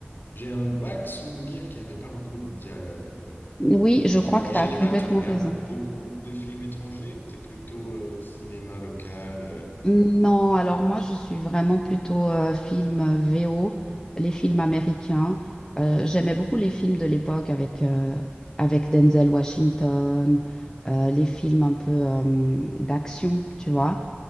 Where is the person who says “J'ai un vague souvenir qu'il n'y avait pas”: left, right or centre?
Left